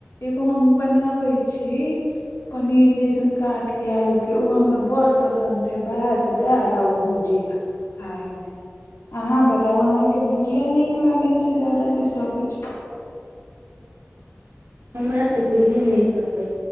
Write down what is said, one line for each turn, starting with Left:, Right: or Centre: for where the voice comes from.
Left: एगो हम बनाबैत छी पनीर जैसन काटि कऽ आलूके ओ हमरा बड्ड पसन्द हे बढ़ दाल आओर भुजिया खाय मे अहाँ बताउ अहाँ के भुजिया नीक लागे छै ज्यादा की सब्जी
Right: हमरा त दुनू नीक लागै